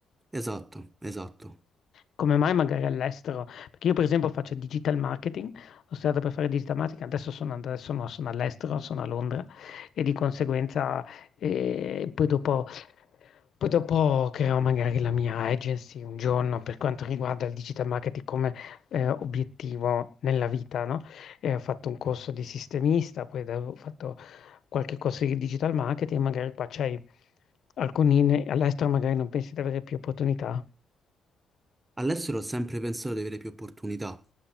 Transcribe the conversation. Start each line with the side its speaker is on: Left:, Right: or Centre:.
Right: Esatto, esatto.
Left: Come mai magari all'estero? Perché io per esempio faccio digital marketing, ho studiato per fare digital marketing, adesso sono, and- adesso no, sono all'estero, sono a Londra e di conseguenza eh, poi dopo, poi dopo creerò magari la mia agency un giorno per quanto riguarda il digital marketing come eh, obiettivo nella vita, no? E ho fatto un corso di sistemista, poi da- ho fatto qualche corso di digital marketing, magari qua c'hai alcuni, ne- all'estero magari non pensi di avere più opportunità.
Right: All'estero ho sempre pensato di avere più opportunità